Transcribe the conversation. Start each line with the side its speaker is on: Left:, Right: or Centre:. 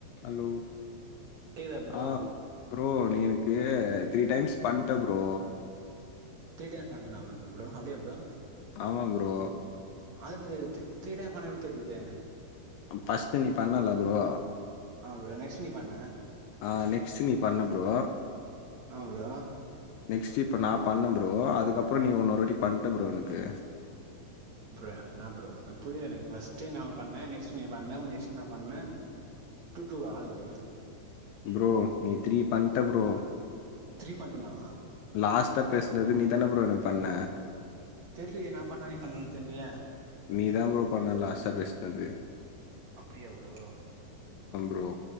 Left: Hello
Right: கேக்குதா bro
Left: ஆஹ் bro நீ எனக்கு த்ரீ டைம்ஸ் பண்ணிட்ட ப்ரோ
Right: த்ரீ டைம்ஸ் பண்டனா உனக்கு ப்ரோ அப்படியா ப்ரோ
Left: ஆமா ப்ரோ
Right: அது எப்படி தெரிய த்ரீ டைம்ஸ் எப்படி தெரியுது
Left: பஸ்ட் நீ பண்ணல ப்ரோ
Right: ஆ ப்ரோ நெக்ஸ்ட் நீ பண்ண
Left: ஆஹ் நெக்ஸ்ட் நீ பண்ண ப்ரோ
Right: ஆமா ப்ரோ
Left: நெக்ஸ்ட் இப்ப நான் பண்ண ப்ரோ அதுக்கப்புறம் நீ இன்னொருட்ட பண்ணிட்ட ப்ரோ எனக்கு
Right: என்ன ப்ரோ புரியல எனக்கு ஃபர்ஸ்ட் நாபண்ணேன் நெக்ஸ்ட் நீ பண்ண நெஸ்ட் நான் பண்ணேன் டூ டூ அழுக்கு
Left: ப்ரோ நீ தரீ பண்ட ப்ரோ
Right: த்ரீ பண்டனா
Left: லாஸ்ட்டா பேசுனது நீதானே ப்ரோ எனக்கு பண்ண
Right: தெரியலேயே நா பண்ண நீ பண்ண தெரியலையே
Left: நீதாம் ப்ரோ பண்ண லாஸ்ட்டா பேசனது
Right: அப்படியா ப்ரோ
Left: ப்ரோ